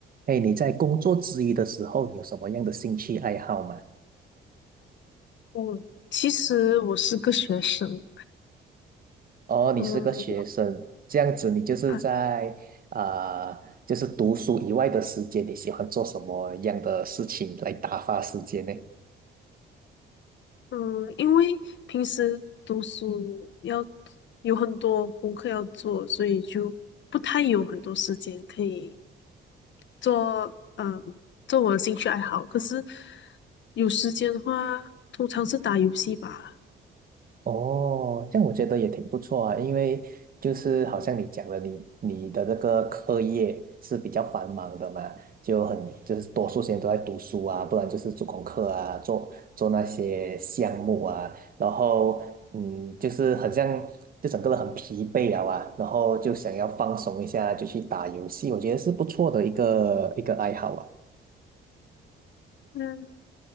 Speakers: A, on the right; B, on the left.
A: 哎，你在工作之余的时候，你有什么样的兴趣爱好吗？
B: 嗯，其实我是个学生，
A: 哦，你是个学生，
B: 嗯
A: 这样子你就是在啊、
B: 啊
A: 呃就是读书以外的时间，你喜欢做什么样的事情来打发时间呢？
B: 嗯，因为平时读书要有很多功课要做，所以就不太有很多时间可以做，嗯，做我的兴趣爱好。可是有时间的话，通常是打游戏吧。
A: 哦，这样我觉得也挺不错啊，因为就是好像你讲的，你你的这个课业是比较繁忙的嘛，就很就是多数时间都在读书啊，不然就是做功课啊，做做那些项目啊，然后嗯，就是很像就整个人很疲惫啊啊，然后就想要放松一下，就去打游戏，我觉得是不错的一个一个爱好啊。
B: 嗯，